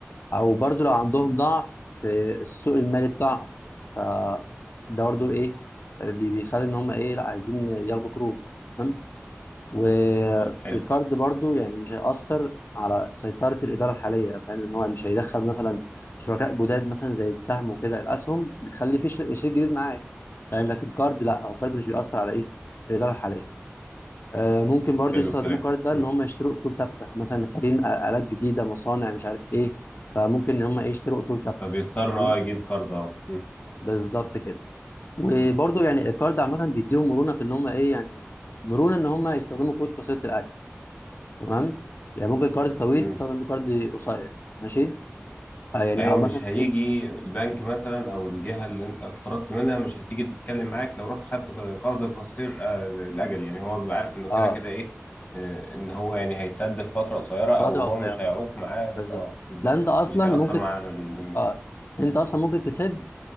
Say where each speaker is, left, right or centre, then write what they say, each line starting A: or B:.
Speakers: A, on the left; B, on the left.
A: او برضو لو عندهم ضعف في السوق المالي بتاعهم ف ده برضو ايه بي- بيخلي ان هم ايه لا عايزين ياخدوا قروض تمام والقرض
B: تمام حلو
A: برضو يعني مش هيأثر على سيطره الاداره الحاليه فاهم ان هو مش هيدخل مثلا شركاء جداد مثلا زي السهم وكده الاسهم بتخلي في شر- شريك جديد معاك فاهم لكن قرض لا هو قرض مش بيأثر على ايه الاداره الحاليه آه، ممكن برضو
B: حلو
A: يستخدموا
B: الكلام
A: الكارد ده
B: مم.
A: ان هم يشتروا اصول ثابته مثلا محتاجين آ- الات جديده مصانع مش عارف ايه فممكن ان هم إيه، يشتروا اصول ثابته
B: فبيضطر
A: فاهمني
B: اه يجيب كارد اه
A: بالظبط كده وبرضو
B: مم.
A: يعني الكارد عامه بيديهم مرونه في ان هم ايه يعني مرونه ان هم يستخدموا كود قصيره الاجل تمام يعني ممكن كارد طويل
B: مم.
A: تستخدم بيه كارد قصير ماشي آه يعني
B: ايوه
A: او مثلا
B: مش هيجي
A: ايه
B: البنك مثلا او الجهه اللي انت اقترضت منها مش هتيجي تتكلم معاك لو رحت خدت قرض قصير آه، الاجل يعني هو بيبقى عارف انه كده
A: اه
B: كده ايه آه، ان هو يعني هيتسد في فتره قصيره او
A: فتره
B: هو
A: قصيره
B: مش هيعوق معاه
A: بالظبط
B: اه بالظبط
A: ده انت اصلا
B: مش هيأثر
A: ممكن
B: معاه على ال-
A: اه انت اصلا ممكن تسد